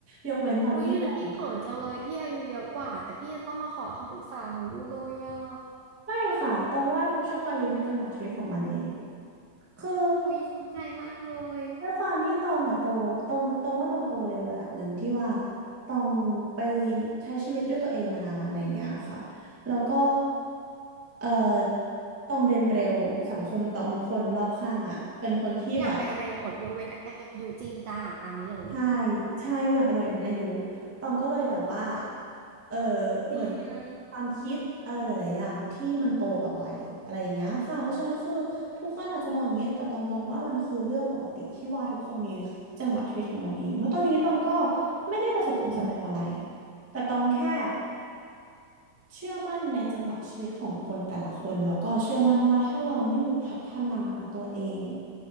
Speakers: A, in the centre; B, on the right.
A: ยกเว้นตอนที่ตอง
B: อุ๊ยแต่พี่เขินจังเลยพี่อายุเยอะกว่าแต่พี่ยังต้องมาขอคำปรึกษาหนูอยู่เลยอ่ะ
A: ไม่ค่ะตองว่าทุกช่วงอายุมีจังหวะชีวิตของมันเองคือ
B: อุ๊ยสนใจมากเลย
A: ด้วยความที่ตองอ่ะโตตองตองว่าตองโตเร็วระดับหนึ่งที่ว่าตองไปใช้ชีวิตด้วยตัวเองมานานอะไรอย่างเงี้ยค่ะแล้วก็เอ่อตองเรียนเร็วสังคมตองทุกคนรอบข้างอ่ะเป็นคนที่แบบ
B: ทุกอย่างไปเร็วหมดยกเว้นอายุจริงจ้าตามนี้เลย
A: ใช่ใช่ทุกอย่างเป็นเราอยู่บนอายุตองก็เลยแบบว่าเออเหมือน
B: ดีนะ
A: ความคิดอะไรหลายๆอย่างที่มันโตกว่าวัยอะไรอย่างเงี้ยค่ะเพราะฉะนั้นคือทุกคนอาจจะมองอย่างเงี้ยแต่ตองมองว่ามันคือเรื่องปกติที่ว่าทุกคนมีจังหวะชีวิตของมันเอง เพราะตอนนี้ตองก็ไม่ได้ประสบความสำเร็จอะไร
B: อืม
A: แต่ตองแค่เชื่อมั่นในจังหวะชีวิตของคนแต่ละคนแล้วก็เชื่อมั่นว่าถ้าเราไม่หยุดพัฒนาตัวเอง